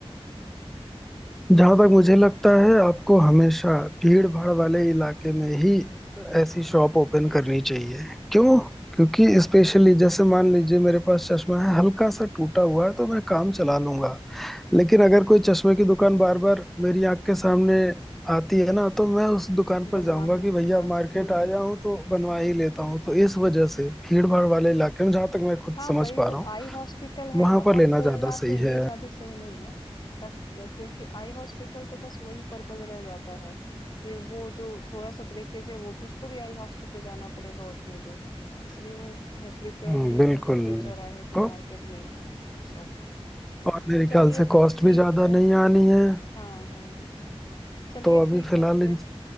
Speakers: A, in the centre; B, on the left.
A: जहां तक मुझे लगता है आपको हमेशा भीड़ भाड़ वाले इलाके में ही ऐसी शॉप ओपन करनी चाहिए क्यों क्योंकि स्पेशली जैसे मान लीजिए मेरे पास चश्मा है हल्का सा टूटा हुआ है तो मैं काम चला लूंगा लेकिन अगर कोई चश्मे की दुकान बार बार मेरी आंख के सामने आती है ना तो मैं उस दुकान पर
B: बनवा
A: जाऊंगा
B: ही
A: कि
B: लूँगा।
A: भैया मार्केट
B: हुँ।
A: आया हूँ तो बनवा ही लेता हूँ तो इस वजह से भीड़ भाड़ वाले इलाके में जहां तक मैं खुद
B: हाँ,
A: समझ
B: वही
A: पा
B: तो
A: रहा हूँ
B: आई हॉस्पिटल है
A: वहां
B: वहां
A: पर लेना
B: खोलना
A: ज्यादा सही
B: तो ये
A: है
B: ज्यादा सही नहीं है तक, क्योंकि आई हॉस्पिटल तो बस वही पर्पज रह जाता है फिर वो जो थोड़ा सा ब्रेकेज है वो भी उसको भी आई हॉस्पिटल जाना पड़ेगा उतनी दूर इसलिए वो है प्रिफर्ड
A: हम्म,
B: ये
A: बिल्कुल
B: रहेगा कि चौराहे पे
A: तो
B: मार्केट में ही हो वो शॉप
A: और मेरे
B: चलिए
A: ख्याल से कॉस्ट
B: ठीक
A: भी ज्यादा
B: है
A: नहीं आनी है
B: हाँ हाँ हाँ चलिए
A: तो अभी
B: ठीक
A: फिलहाल
B: है फिर
A: इन-